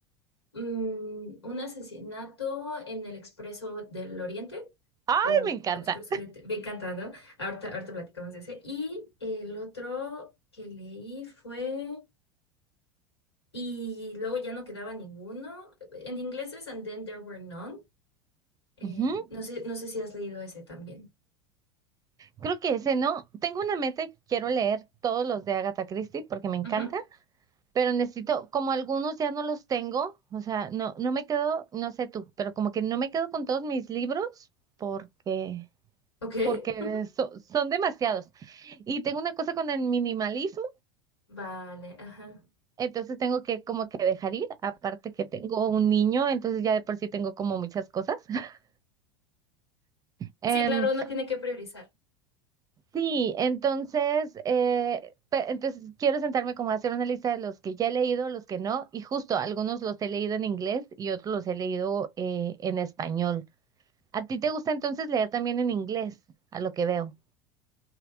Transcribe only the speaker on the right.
¡Ay,
me encanta!
Ujú,
Creo que ese no. Tengo una meta y quiero leer todos los de Agatha Christie porque me encanta.
Pero necesito, como algunos ya no los tengo, o sea, no, no me quedo, no sé tú, pero como que no me quedo con todos mis libros porque,
porque
so- son demasiados. Y tengo una cosa con el minimalismo,
entonces tengo que como que dejar ir, aparte que tengo un niño, entonces ya de por sí tengo como muchas cosas. <laughs> Em,
sí, entonces, eh, pe- entonces quiero sentarme como a hacer una lista de los que ya he leído, los que no, y justo algunos los he leído en inglés y otros los he leído eh, en español. ¿A ti te gusta entonces leer también en inglés, a lo que veo?